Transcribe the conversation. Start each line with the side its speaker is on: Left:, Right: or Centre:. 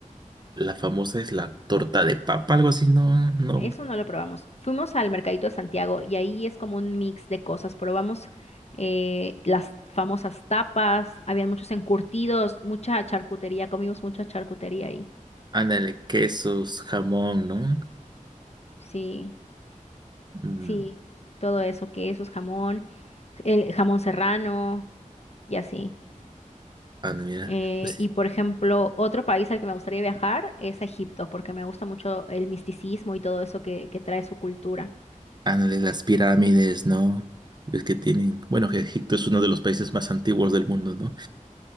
Right: La famosa es la torta de papa, algo así, ¿no? No.
Left: Eso no lo probamos. Fuimos al Mercadito de Santiago y ahí es como un mix de cosas. Probamos eh, las famosas tapas, habían muchos encurtidos, mucha charcutería, comimos mucha charcutería ahí.
Right: Ándale, quesos, jamón, ¿no?
Left: Sí,
Right: Mm,
Left: sí, todo eso, quesos, jamón, el jamón serrano y así.
Right: ándale, mira,
Left: Eh,
Right: pues,
Left: y por ejemplo, otro país al que me gustaría viajar es a Egipto, porque me gusta mucho el misticismo y todo eso que, que trae su cultura.
Right: ándale, las pirámides, ¿no? Ves que tienen. Bueno, que Egipto es uno de los países más antiguos del mundo, ¿no?